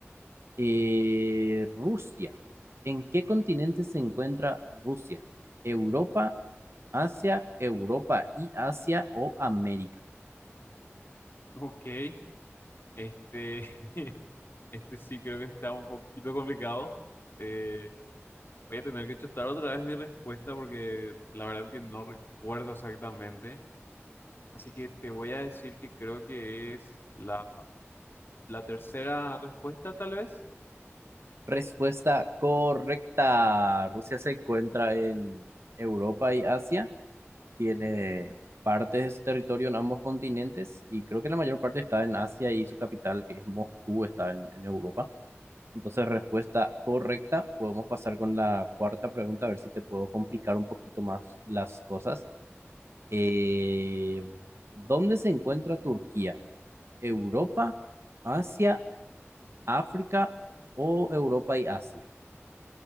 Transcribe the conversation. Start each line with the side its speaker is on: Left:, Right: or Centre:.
Right: Eh, Rusia. ¿En qué continente se encuentra Rusia? ¿Europa? Asia, Europa y Asia o América.
Left: Ok, este, <laughs> este sí creo que está un poquito complicado. Eh, voy a tener que chutar otra vez mi respuesta porque la verdad que no recuerdo exactamente. Así que te voy a decir que creo que es la, la tercera respuesta, tal vez.
Right: Respuesta correcta. Rusia se encuentra en Europa y Asia. Tiene partes de su territorio en ambos continentes y creo que la mayor parte está en Asia y su capital, que es Moscú, está en, en Europa. Entonces, respuesta correcta. Podemos pasar con la cuarta pregunta, a ver si te puedo complicar un poquito más las cosas. Eh, ¿dónde se encuentra Turquía? ¿Europa, Asia África o Europa y Asia.